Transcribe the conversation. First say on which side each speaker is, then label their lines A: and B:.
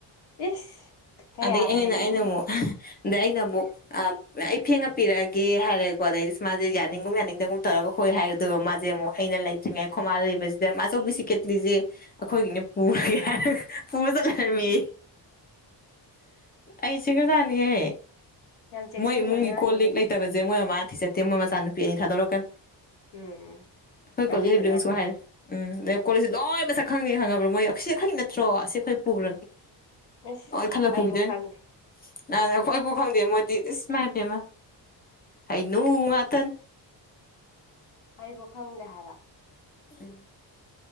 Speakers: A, on the left (about 60°); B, on the left (about 20°).
A: ꯏꯁ ꯀꯌꯥꯗ
B: ꯑꯗꯗꯒꯤ ꯑꯩꯅꯅꯦ
A: ꯍꯩꯔꯤꯕ
B: ꯑꯩꯅ ꯑꯃꯨꯛ ꯑꯗꯩ ꯑꯩꯅ ꯑꯃꯨꯛ ꯑ ꯑꯩ ꯐꯦꯡꯉ ꯄꯤꯔꯛꯑꯒꯦ ꯍꯥꯏꯔꯦꯀꯣ ꯑꯗꯩ ꯃꯥꯁ‌ꯦ ꯌꯥꯅꯤꯡꯒꯨꯝ ꯌꯥꯅꯤꯡꯗꯒꯨꯝ ꯇꯧꯔꯒ ꯍꯣꯏ ꯍꯥꯏ ꯑꯗꯨꯒ ꯃꯥꯁꯦ ꯑꯃꯨꯛ ꯑꯩꯅ ꯂꯩꯇ꯭ꯔꯤꯉꯩ ꯈꯣꯃꯥꯜ ꯂꯩꯁꯤꯗ ꯃꯥꯆꯧꯕꯤꯁꯤ ꯀꯦꯠꯂꯤꯁꯦ ꯑꯩꯈꯣꯏꯒꯤꯅꯦ ꯄꯨꯔꯒꯦ ꯄꯨꯔ ꯆꯠꯂꯔꯝꯃꯤ ꯍꯩ ꯁꯤꯒꯖꯥꯅꯤꯍꯦ
A: ꯌꯥꯝ ꯆꯦꯛꯁꯤꯟꯕ
B: ꯃꯣꯏ ꯏꯃꯨꯡꯒꯤ
A: ꯑꯉꯥꯡꯅꯤꯅꯦ
B: ꯀꯣꯜ ꯂꯦꯛ ꯂꯩꯇ ꯃꯣꯏ ꯃꯥ ꯊꯤꯖꯤꯟꯗꯦ ꯃꯣꯏ ꯃꯆꯥ ꯅꯨꯄꯤ ꯑꯅꯤ ꯊꯥꯗꯣꯛꯔꯛꯀꯦꯅꯤ
A: ꯎꯝ
B: ꯑꯩꯈꯣꯏ ꯀꯣꯂꯕꯗꯨꯅꯁꯨ
A: ꯑꯗꯨꯗꯨꯅ
B: ꯍꯥꯏꯔꯦ ꯎꯝ ꯑꯗꯩ ꯀꯣꯂꯤꯛꯁꯦ ꯂꯣꯏ ꯃꯁꯛ ꯈꯪꯅꯤ ꯈꯪꯉꯕ꯭ꯔꯥ ꯃꯣꯏ ꯁꯤꯈꯣꯢꯅꯠꯇ꯭ꯔꯣ ꯑꯁꯤ ꯑꯩꯈꯣꯏ ꯄꯨꯈ꯭ꯔꯒꯦ
A: ꯏꯁ
B: ꯂꯣꯢ ꯈꯜꯂꯒ
A: ꯑꯩꯕꯨ
B: ꯄꯨꯈꯤꯗꯣꯏꯅꯤ
A: ꯈꯪꯗꯦ
B: ꯅꯥ ꯑꯩꯈꯣꯏꯐꯥꯎ ꯈꯪꯗꯦ ꯃꯣꯏꯗꯤ ꯏꯁ ꯃꯥꯏ ꯄꯦꯃ ꯍꯩꯅꯨ ꯉꯥꯛꯇꯅꯤ
A: ꯑꯩꯕꯨ ꯈꯪꯗꯦ ꯍꯥꯏꯕ
B: ꯎꯝ <inaudible>